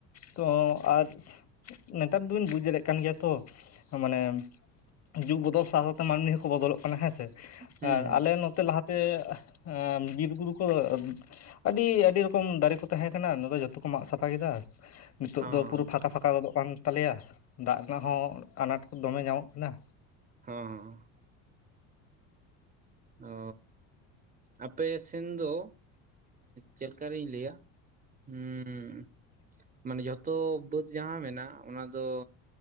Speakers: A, on the left; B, on the right.
A: ᱛᱚ ᱟᱨ ᱱᱮᱛᱟᱨ ᱫᱚᱵᱤᱱ ᱵᱩᱡᱽ ᱫᱟᱲᱮᱭᱟᱜ ᱠᱟᱱ ᱜᱮᱭᱟ ᱛᱚ ᱢᱟᱱᱮ ᱡᱩᱜᱽ ᱵᱚᱫᱚᱞ ᱥᱟᱶ ᱥᱟᱶᱛᱮ ᱢᱟᱹᱱᱢᱤ ᱦᱚᱸᱠᱚ ᱵᱚᱫᱚᱞᱚᱜ ᱠᱟᱱᱟ ᱦᱮᱸᱥᱮ
B: ᱦᱩᱸ ᱦᱩᱸ
A: ᱟᱨ ᱟᱞᱮ ᱱᱚᱛᱮ ᱞᱟᱦᱟ ᱛᱮ ᱮᱸ ᱵᱤᱨ ᱵᱩᱨᱩ ᱠᱚᱫᱚ ᱟᱹᱰᱤ ᱟᱹᱰᱤ ᱨᱚᱠᱚᱢ ᱫᱟᱨᱮ ᱠᱚ ᱛᱟᱦᱮᱸ ᱠᱟᱱᱟ ᱱᱚᱫᱚ ᱡᱚᱛᱚ ᱠᱚ ᱢᱟᱜ ᱥᱟᱯᱷᱟ ᱠᱮᱫᱟ ᱱᱤᱛᱳᱜ
B: ᱦᱚᱸ
A: ᱫᱚ ᱯᱩᱨᱟᱹ ᱯᱷᱟᱸᱠᱟ ᱯᱷᱟᱸᱠᱟ ᱜᱚᱫᱚᱜ ᱠᱟᱱ ᱛᱟᱞᱮᱭᱟ ᱫᱟᱜ ᱨᱮᱱᱟᱜ ᱦᱚᱸ ᱟᱱᱟᱴ ᱠᱚ ᱫᱚᱢᱮ ᱧᱟᱢᱚᱜ ᱠᱟᱱᱟ
B: ᱦᱚᱸᱻ ᱚᱻ ᱟᱯᱮ ᱥᱮᱱ ᱫᱚ ᱪᱮᱫᱠᱟᱨᱤᱧ ᱞᱟᱹᱭᱟ ᱚᱸᱻ ᱢᱟᱱᱮ ᱡᱦᱚᱛᱚ ᱵᱟᱹᱫᱽ ᱡᱟᱦᱟᱸ ᱢᱮᱱᱟᱜ-ᱟ ᱚᱱᱟ ᱫᱚ